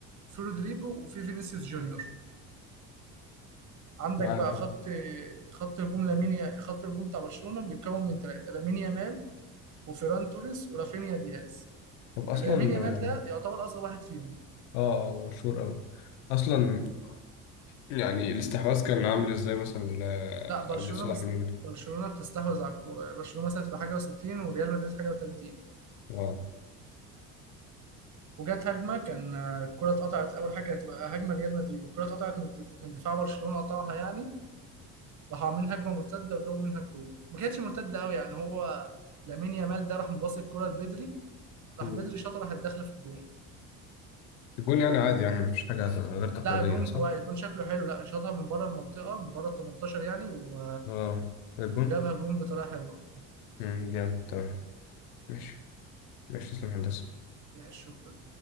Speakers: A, on the right; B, on the left.
A: في رودريجو وفي فينيسيوس جونيور عندك
B: معاك
A: بقى خط
B: اه
A: خط هجوم لامين خط الهجوم بتاع برشلونه بيتكون من ثلاثه لامين يامال وفيران توريس ورافينيا دياز
B: طب اصلا
A: لامين يامال ده يعتبر اصغر واحد فيهم
B: اه آه، مشهور أوي أصلا يعني الاستحواذ كان عامل ازاي مثلا
A: لا برشلونه
B: ل- لصالح
A: مست...
B: مين؟
A: برشلونه بتستحوذ على الكوره يعني برشلونه مثلا تبقى حاجه و60 وريال مدريد حاجه و30
B: اه
A: وجت هجمه كان آه، الكره اتقطعت اول حاجه كانت هتبقى هجمه ريال مدريد الكره اتقطعت من دف- من دفاع برشلونه قطعها يعني راحوا عاملين هجمه مرتده وجابوا منها الجول ما كانتش مرتده قوي يعني هو لامين يامال ده راح مباصي الكره لبدري راح
B: مم.
A: بدري شاطها راحت داخله في الجون
B: الجون يعني عادي يعني مفيش حاجة غير تقليدية
A: لا الجون
B: صح؟
A: كويس الجون شكله حلو لا شاطها من بره المنطقه من بره ال 18 يعني و...
B: اه الجون؟
A: وجابها جون بطريقه حلوه
B: مم، جامد تمام ماشي ماشي تسلم يا هندسة
A: ماشي شكرا